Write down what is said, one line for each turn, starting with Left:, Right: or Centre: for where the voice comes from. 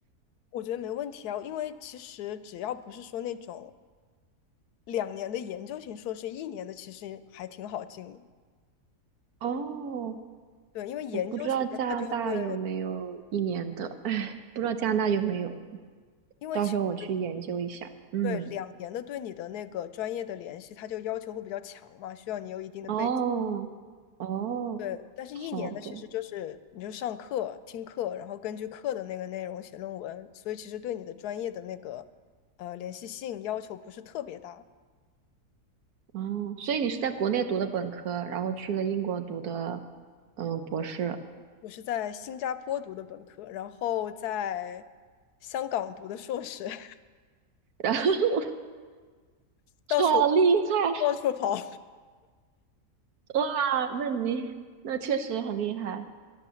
Left: 我觉得没问题啊，因为其实只要不是说那种两年的研究型硕士，一年的其实还挺好进的。
Right: 哦
Left: 对，因为研究型的他就会，
Right: 我不知道加拿大有没有一年的，<laughs> 哎，不知道加拿大有没有，
Left: 因为其实
Right: 到时候我去研究一下。嗯，
Left: 对，两年的对你的那个专业的联系，它就要求会比较强嘛，需要你有一定的背景。
Right: 哦，哦，
Left: 对，但是一年的其实就是你就上课、
Right: 好的，
Left: 听课，然后根据课的那个内容写论文，所以其实对你的专业的那个呃联系性要求不是特别大。
Right: 哦，所以你是在国内读的本科，然后去了英国读的，嗯，博士，
Left: 我是在新加坡读的本科，然后在香港读的硕士，<laughs>
Right: 然后 <laughs>
Left: 到处
Right: 好厉害，
Left: 到处跑。
Right: 哇，那你那确实很厉害，